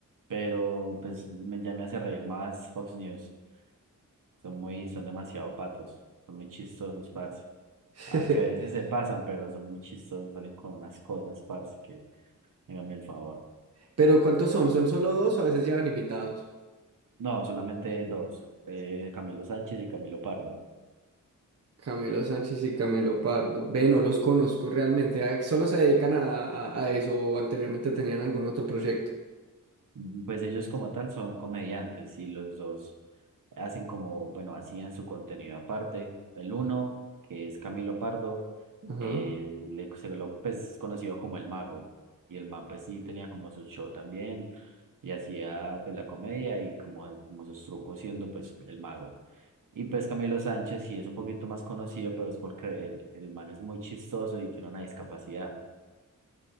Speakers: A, on the right; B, on the right.
A: pero pues me, ya me hace reír más Fox News. Son muy, son demasiado patos, son muy chistosos, parce.
B: <laughs>
A: Aunque a veces se pasan, pero son muy chistosos, salen con unas cosas, parce, que háganme el favor.
B: Pero ¿cuántos son? ¿Son solo dos o a veces llevan invitados?
A: No, solamente hay dos, eh, Camilo Sánchez y Camilo Pardo.
B: Camilo Sánchez y Camilo Pardo. Ve, no los conozco realmente. ah, Solo se dedican a, a, a eso o anteriormente tenían algún otro proyecto.
A: Mm, Pues ellos como tal son comediantes y los dos hacen como, bueno, hacían su contenido aparte. El uno, que es Camilo Pardo,
B: Ajá.
A: Él, le- se lo, pues, es conocido como el mago. Y el man, pues sí, tenía como su show también y hacía pues la comedia y como, como sus trucos siendo pues el mago. Y pues Camilo Sánchez sí es un poquito más conocido, pero es porque el, el man es muy chistoso y tiene una discapacidad.